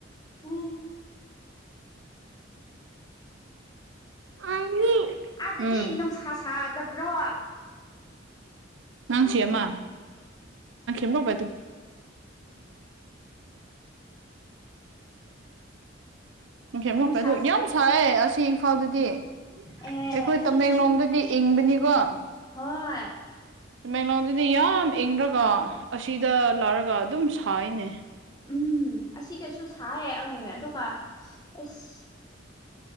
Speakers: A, on the left; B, on the right.
A: ꯎꯝ
B: ꯑꯥꯏ ꯃꯤ
A: ꯑꯥꯗꯗꯤ
B: ꯎꯝ‌
A: ꯅꯨꯡꯁꯥ ꯁꯥꯗꯕ꯭ꯔꯣ
B: ꯅꯪꯁꯤ ꯑꯃ <unintelligible> <unintelligible>
A: ꯅꯨꯡꯁꯥ
B: ꯌꯥꯝ ꯁꯥꯏꯌꯦ ꯑꯁꯤ ꯏꯝꯐꯥꯜꯗꯗꯤ ꯑꯩꯈꯣꯏ
A: ꯑꯦ ꯑꯁꯤꯗꯁꯨ
B: ꯇꯃꯦꯡꯂꯣꯡꯗꯗꯤ ꯏꯪꯕꯅꯤꯀꯣ
A: ꯍꯣꯏ
B: ꯇꯃꯦꯡꯂꯣꯡꯗꯗꯤ ꯌꯥꯝ ꯏꯪꯗ꯭ꯔꯒ ꯑꯁꯤꯗ ꯂꯥꯛꯔꯒ ꯑꯗꯨꯝ ꯁꯥꯏꯅꯦ
A: ꯎꯝ ꯑꯁꯤꯗꯁꯨ ꯁꯥꯏꯌꯦ ꯑꯗꯨꯒ ꯑꯁ